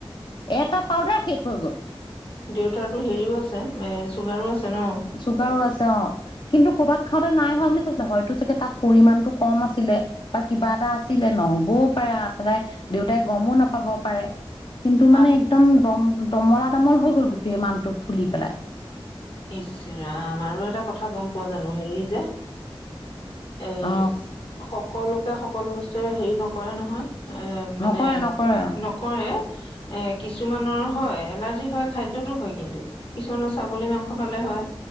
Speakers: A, on the left (about 55°); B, on the left (about 70°).
A: এটা পাউদাৰ শেষ হৈ গ'ল
B: দেউতাতো হেৰিও আছে এঁ চুগাৰো আছে ন
A: চুগাৰো আছে অ কিন্তু কৰ'বাত খাওঁতে নাই হোৱা বুলি কৈছিলে হয়তো চাগে তাত পৰিমাণটো কম আছিলে বা কিবা এটা আছিলে নহ'বও পাৰে তাই দেউতাই গমো নাপাব পাৰে কিন্তু
B: আহ
A: মানে একদম দম দমৰাত কোমল হৈ গ'ল গোটেই মানুটো ফুলি পেলাই
B: ইছৰাম আৰু এটা কথা গম পোৱা জানো হেৰি যে এ
A: অ
B: সক সকলোকে সকলো বস্তুৱে হেৰি নকৰে নহয় এ মানে
A: নকৰে নকৰে
B: নকৰে এ কিছুমানৰ হয় এলাৰ্জি হয় খাদ্যতো হয় কিন্তু কিছুমানৰ ছাগলী মাংস কলে হয়